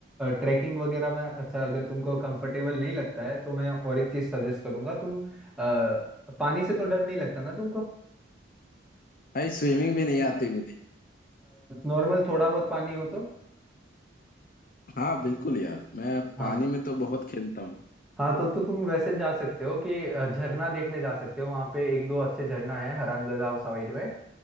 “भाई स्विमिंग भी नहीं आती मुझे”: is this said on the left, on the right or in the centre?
Left